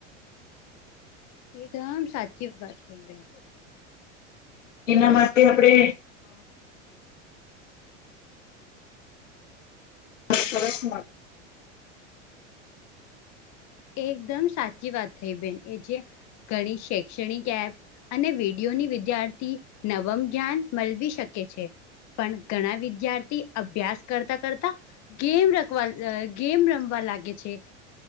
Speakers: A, on the left; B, on the left.
A: એકદમ સાચી વાત થઈ બેન
B: એના માટેસ્ આપણેે સરસ
A: એકદમ સાચી વાત થઈ બેન એ જે ઘણી શૈક્ષણિક એપ અને વિડીિયોની વિદ્યાર્થી નવમ જ્ઞાન મળવી શકે છે. પણ ઘણા વિદ્યાર્થી અભ્યાસ કરતા કરતા. ગેમ રખવા ગેમ રમવા લાગે છે.